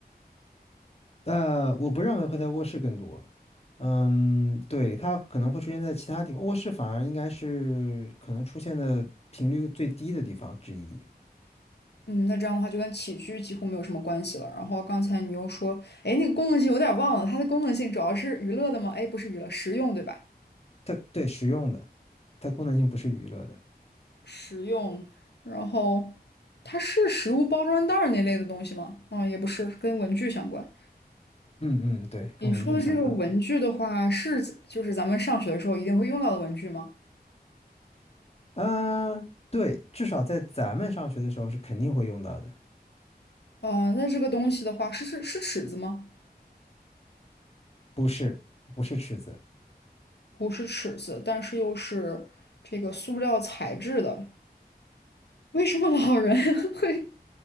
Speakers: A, on the left; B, on the left.
A: 但我不认为会在卧室更多。嗯，对，它可能会出现在其他地方，卧室反而应该是可能出现的频率最低的地方之一。
B: 嗯，那这样的话就跟起居几乎没有什么关系了。然后刚才你又说，哎，那个功能性有点忘了，它的功能性主要是娱乐的吗？哎，不是娱乐，实用对吧？
A: 它对实用的，它功能性不是娱乐的。
B: 实用，然后它是食物包装袋儿那类的东西吗？啊、也不是，跟文具相关。
A: 嗯嗯，对，跟文具相关。
B: 你说的这个文具的话，是指就是咱们上学的时候一定会用到的文具吗？
A: 嗯、对，至少在咱们上学的时候是肯定会用到的，
B: 哦、那这个东西的话，是是是尺子吗？
A: 是不是尺子？
B: 不是尺子，但是又是这个塑料材质的。为什么老人 <laughs> 会